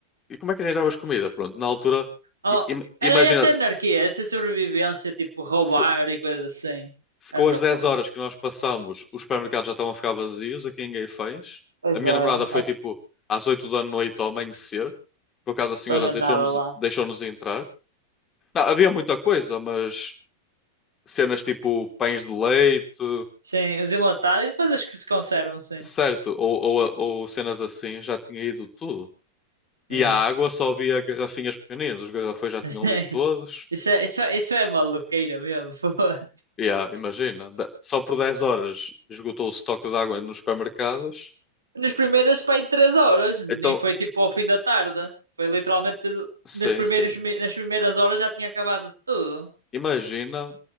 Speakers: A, on the left (about 25°); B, on the right (about 80°).
A: e como é que arranjavas comida? Pronto, na altura,
B: Oh,
A: i- im-
B: era
A: imagina.
B: essa anarquia, essa sobrevivência, tipo roubar
A: se,
B: e coisas assim.
A: se
B: É
A: com
B: a única
A: as 10
B: forma.
A: horas que nós passamos os supermercados já estão a ficar vazios aqui ninguém fez.
B: Pois
A: a minha
B: é,
A: namorada foi
B: é
A: tipo
B: que
A: às 8 da noite ao amanhecer, por acaso a senhora
B: não tenha
A: deixou-nos
B: nada lá.
A: deixou-nos entrar. Não, havia muita coisa, mas cenas tipo pães de leite,
B: Sim, os enlatados e coisas que se conservam, sim.
A: certo, ou, ou, ou cenas assim, já tinha ido tudo.
B: Pois
A: E a
B: é.
A: água só havia garrafinhas pequeninas, os garrafões já tinham
B: <laughs>
A: ido todos.
B: Isso é, isso é, isso é maluqueira mesmo. <laughs> foda.
A: E Yeah, imagina, da- só por 10 horas esgotou o estoque de água nos supermercados.
B: Nas primeiras, pá, aí três horas. Nem
A: Então,
B: foi tipo ao fim da tarde. Foi literalmente
A: sim,
B: nos primeiros,
A: sim.
B: mi- nas primeiras horas já tinha acabado tudo.
A: Imagina,